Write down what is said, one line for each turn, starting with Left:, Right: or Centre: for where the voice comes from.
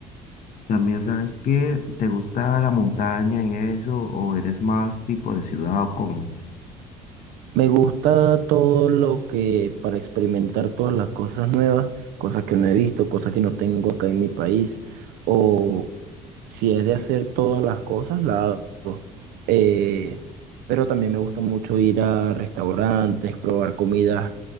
Left: También sabes que te gusta la montaña y eso, o eres más tipo de ciudad o cómo.
Right: Me gusta todo lo que para experimentar todas las cosas nuevas, cosas que no he visto, cosas que no tengo acá en mi país, o si es de hacer todas las cosas, la hago. Eh, pero también me gusta mucho ir a restaurantes, probar comidas